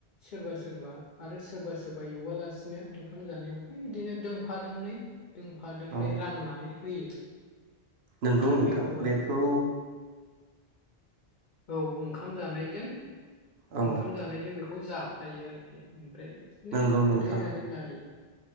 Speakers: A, on the left (about 50°); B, on the right (about 70°).
A: सोरबा सोरबा आरो सोरबा एवालासिनो ओंखाम जानायावहाय बिदिनो दोंफा दोंनै दोंफा दोंनै
B: औ
A: राननानै होयो।
B: नंगौ
A: आरो
B: नोंथां
A: बेखौहाय
B: बेखौ
A: औ ओंखाम जानायजों
B: औ
A: ओंखाम जानायजों बेखौ खौ जाफायो आरोखि उम। खायनो
B: नंगौ
A: फोथायनानै
B: नोंथां
A: लायो।